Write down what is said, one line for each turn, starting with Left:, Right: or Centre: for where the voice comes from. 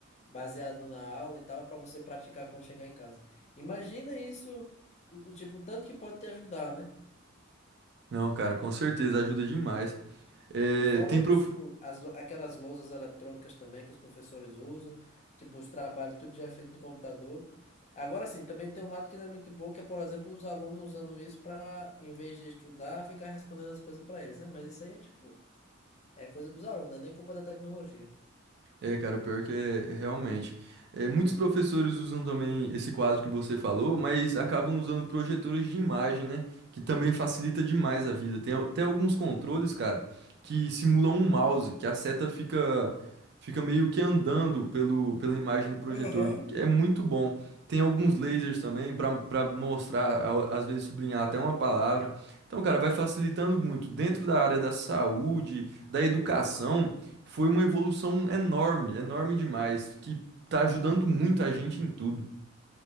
Left: baseado na aula e tal, pra você praticar quando chegar em casa. Imagina isso, o, o tipo, o tanto que pode te ajudar, né?
Right: Não, cara, com certeza ajuda demais. É,
Left: Fora
Right: tem
Left: os,
Right: prof...
Left: o, as, lou- aquelas lousas eletrônicas também que os professores usam, tipo, os trabalhos, tudo já é feito no computador. Agora sim, também tem um lado que não é muito bom, que é, por exemplo, os alunos usando isso para, em vez de estudar, ficar respondendo as coisas para eles, né? Mas isso aí é tipo, é coisa dos alunos, né? Nem culpa da tecnologia.
Right: É, cara, pior que é, é realmente. É, muitos professores usam também esse quadro que você falou, mas acabam usando projetores de imagem, né? Que também facilita demais a vida. Tem até alguns controles, cara, que simulam um mouse, que a seta fica, fica meio que andando pelo, pela imagem do projetor.
Left: Aham.
Right: que É muito bom. Tem alguns lasers também para para mostrar, ao- às vezes sublinhar até uma palavra. Então, cara, vai facilitando muito. Dentro da área da saúde, da educação. Foi uma evolução enorme, enorme demais, que tá ajudando muito a gente em tudo.